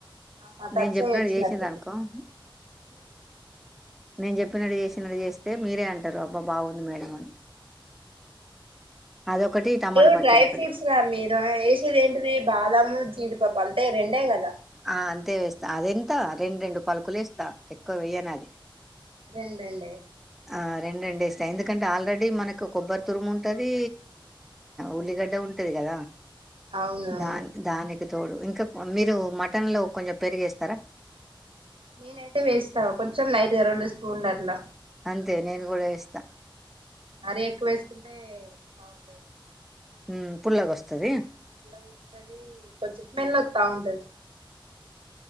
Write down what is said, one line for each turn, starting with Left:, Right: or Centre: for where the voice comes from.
Right: ఆహా టచ్చయ్య
Centre: నేను చెప్పినట్టు
Right: వచ్చినట్
Centre: చేసిండ్రు అనుకో నేను చెప్పినడు చేసి చిన్నడు చేస్తే మీరే అంటారు అబ్బా బాగుంది మేడ అని అదొకటి టమాటా
Right: ఏ
Centre: పచ్చడి
Right: డ్రై
Centre: ఒకటి
Right: ఫ్రూట్స్ రా మీరు వేసేది ఏంటిది బాదము జీడిపప్ వంతె రెండే కదా
Centre: ఆ అంతే వేస్తా అదేం ఇత రెండు రెండు పలుకులు ఇస్తా ఎక్కువ వయ్యనిది
Right: అదేంటండీ
Centre: ఆ రెండు రెండు వేస్తా ఎందుకంటే ఆల్రెడీ మనకు కొబ్బరి తురుము ఉంటది ఉల్లిగడ్డ ఉంటది కదా
Right: అవునవును
Centre: దాన్ దాని తోడు ఇంకా మీరు మటన్ లో కొంచెం పెరిగేస్తారా
Right: నేనైయితే వేస్తా కొంచెం లైట్గా రెండు స్పూన్ల అట్ల
Centre: అంతే నేను కూడా ఏస్తా
Right: మరీ ఎక్కువేసుకుంటే బాగుండదు
Centre: ఉ పుల్లగ వస్తది
Right: ఇలాగ వస్తది కొంచెం స్మెల్ అత ఉంటది